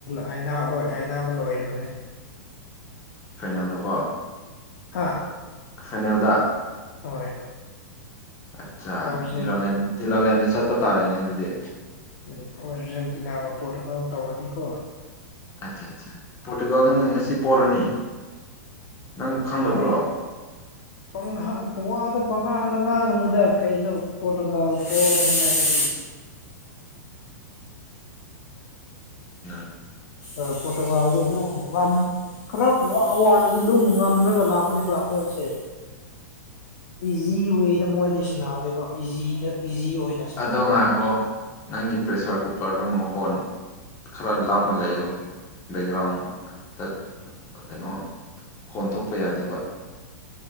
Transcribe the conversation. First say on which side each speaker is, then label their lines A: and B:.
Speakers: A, on the left; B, on the left.
A: ꯍꯥꯏ ꯍꯣꯏ ꯍꯥꯏꯕ ꯂꯣꯏꯔꯕꯅꯦ
B: ꯐꯥꯏꯅꯦꯜꯗꯀꯣ
A: ꯍꯥꯥ
B: ꯈꯅꯦꯜꯗ
A: ꯍꯣꯏ
B: ꯑꯠꯆꯥ
A: ꯑꯥꯔꯖꯦꯟ
B: ꯗꯤꯂꯥꯂꯦꯟ ꯗꯤꯂꯥꯂꯦꯟꯗ ꯆꯠꯄ ꯇꯥꯔꯦꯅꯦ ꯑꯗꯨꯗꯤ
A: ꯎꯝ ꯑꯔꯖꯦꯟꯇꯤꯅꯥꯒ ꯄꯣꯔꯇꯨꯒꯥꯜ ꯇꯧꯔꯗꯤꯀꯣ
B: ꯑꯆꯥꯆꯥ ꯑꯆꯥ ꯄꯣꯇꯨꯀꯜ ꯉꯁꯤ ꯄꯣꯔꯅꯤ ꯅꯪ ꯈꯪꯗꯕ꯭ꯔꯣ
A: ꯍ ꯄ ꯄꯗ ꯄꯉ ꯀꯩꯅ ꯄꯇ ꯀꯥꯅꯤꯡꯉ ꯍꯥꯏꯗꯤ
B: ꯅꯪ
A: ꯑꯣ ꯄꯣꯇꯣꯒꯜꯗ ꯑꯗꯨꯝꯝ ꯈꯔ ꯋꯥ ꯋꯥꯅꯁꯨ ꯑꯗꯨꯝ ꯉꯝꯔꯒꯅꯤ ꯃꯣꯏꯁꯦ ꯏꯖꯤ ꯋꯦꯗ ꯃꯣꯏꯗꯤ ꯁ ꯗꯦꯕ ꯏꯖꯤꯗ ꯏꯖꯤ ꯑꯣꯏꯅ ꯁꯅꯥꯗꯕ
B: ꯑꯗꯣ ꯉꯥꯏꯈꯣ
A: ꯃꯣꯏꯁꯦ
B: ꯅꯪꯒꯤ ꯄ꯭ꯔꯦꯁꯔ ꯀꯨꯀꯔ ꯑꯗꯨꯝ ꯃꯈꯣꯟ ꯈꯔ ꯂꯥꯞꯅ ꯂꯩꯌꯣ ꯕꯦꯛꯒ꯭ꯔꯥꯎꯟꯗ ꯀꯩꯅꯣ ꯍꯣꯟ ꯊꯣꯛꯣꯛꯄ ꯌꯥꯗꯕ